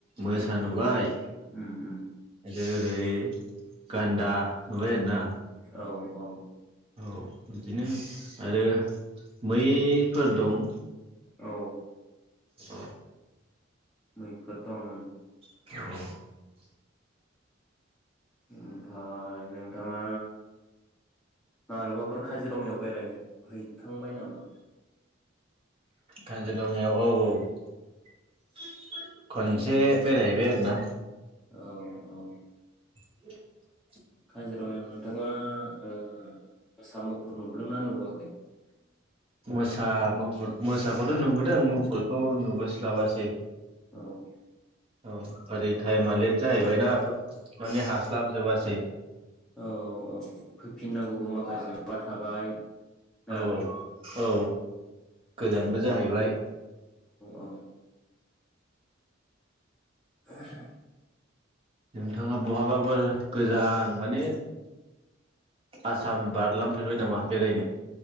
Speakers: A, on the right; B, in the centre.
A: मोसा नुबाय।
B: उम उम
A: आरोे ओरै। गान्दा नुबार आरोना।
B: औ औ।
A: औ बिदिनो आरो मैफोर दं।
B: औ
A: अ।
B: मैफोर दं उम।
A: <unintelligible>
B: ओमफाय नोंथाङा मालाबाफोर काजिरङायाव बेरायहैफ हैखांबाय नामा?
A: काजिरङायाव औ औ। <unintelligible> खनसे बेरायहैबाय आरो ना‌।
B: औ औ‌।
A: <inaudible>
B: काजिरङायाव नोंथाङा ओ मोसा मुफुर नुबोदोंनाा नुबोआखै?
A: मोसा मुफुर मोसाखौथ नुबोदों मुफुरखौ नुबोस्लाबासै।
B: औ
A: औ ओरै टाइमा लेट जाहैबायना फो माने हास्लाबजोबासै।
B: औ औ फैफिननांगौबो माखासे माबा थाबाय। ना
A: औ औ गोजानबो जाहैबाय।
B: औ ओह
A: नोंथाङा बहाबफोर गोजान माने। आसाम बारलांफेरबाय नामा बेरायनो?